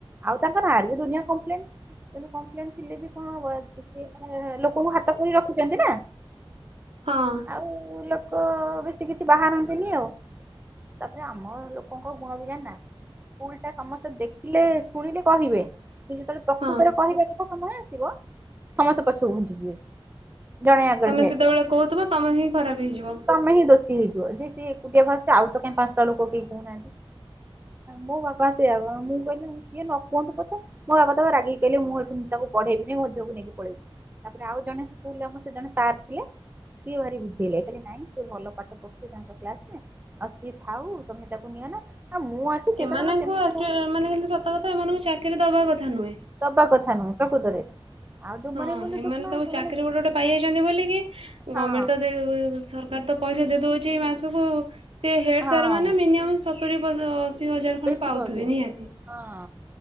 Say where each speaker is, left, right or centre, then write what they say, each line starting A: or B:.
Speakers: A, on the right; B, on the right.
A: ଆଉ ତାପରେ ଆରବି ଦୁନିଆ କମ୍ପ୍ଲେନ। ଯେତେ କପ୍ଲେ ଥିଲେ ବି କଣ ହବ ସେ ମାନେ ଲୋକଙ୍କୁ ହାତ କରି ରଖିଛନ୍ତି ନା।
B: ହଁ।
A: ଆଉ ଲୋକ ବେଶୀ କିଛି ବାହାରନ୍ତିନି ଆଉ। ତାପରେ ଆମ ଲୋକଙ୍କ ଗୁଣବି ଜାଣିନା ଭୁଲଟା ସମସ୍ତେ ଦେଖ ଖିଲେ ଶୁଣିଲେ କହିବେ କି ଯେତେବେଳେ ପ୍ରକୃତରେ
B: ହଁ
A: କହିବେ ସମୟ ଆସିବ ସମସ୍ତେ ପଛକୁ ଘୁଞ୍ଚିଯିବେ। ଜଣେ ଆଗରେ
B: ତମେ
A: ଠିଆ
B: ସେତେବେଳେ
A: ହେଇଥିବ
B: କହୁଥିବ ତମେ ହିଁ ଖରାପ ହେଇଯିବ।
A: ତମେ ହିଁ ଦୋଷୀ ହେଇଯିବ ଯେ ସିଏ ଏକୁଟିଆ ବାହାରୁଚି ଆଉ ତ କାହିଁ ପାଞ୍ଚଟା ଲୋକ କେହି କହୁନାହାନ୍ତି। ମୋ ବାବା ସେଇଆ କହୁ ମୁଁ କହିଲି ସିଏ ନ କୁହନ୍ତୁ ପଛେ ମୋ ବାବା ତାକୁ ରାଗି କହିଲେ ମୁଁ ଏଠୁ ତାକୁ ପଢେଇବିନି ମୋ ଝିଅକୁ ନେଇକି ପଳେଇବି ତାପରେ ଆଉ ଜଣେ ସ୍କୁଲ ଆମ ସେ ଜଣେ ସାର୍ ଥିଲେ ସିଏ ଭାରି ବୁଝେଇଲେ କହିଲେ ନାଇଁ ସେ ଭଲ ପାଠ ପଢୁଚି ତାଙ୍କ କ୍ଲାସରେ ଆଉ ସିଏ ଥାଉ ତମେ ତାକୁ ନିଅନା ଆ ମୁଁ ଅଛି। ସିଏ
B: ଏମାନଙ୍କୁ
A: ତ ତାଙ୍କ ସେମିତି
B: ଆକଚୁ
A: ତାଙ୍କୁ
B: ମାନେ କିନ୍ତୁ ସତକଥା ଏମାନଙ୍କୁ ଚାକିରି ଦବା କଥା ନୁହେଁ।
A: ଦବା କଥା ନୁହେଁ ପ୍ରକୃତରେ। ଆଉ ଯୋଉମାନେ
B: ହଁ
A: କିନ୍ତୁ
B: ଏମାନେ
A: ଦେଖୁନ
B: ସବୁ
A: ଯୋଉମାନେ
B: ଚାକିରି ଗୋଟେ ଗୋଟେ ପାଇଯାଇଛନ୍ତି ବୋଲିିକି
A: ହଁ
B: ଗର୍ଣମେଣ୍ଟ ତ ଦେଇ ସରକାର ତ ପଇସା ଦେଇ ଦଉଛି ମାସକୁ ସେ ହେଡ
A: ହଁ
B: ସାର୍ ମାନେ ମିନିମମ୍ ସତୁୁରି ଅଶି ହଜାର ଖଣ୍ଡେ
A: ବେଶୀ
B: ପାଉଥିବେ
A: ପାଉଛେ
B: ନିହାତି।
A: ହଁ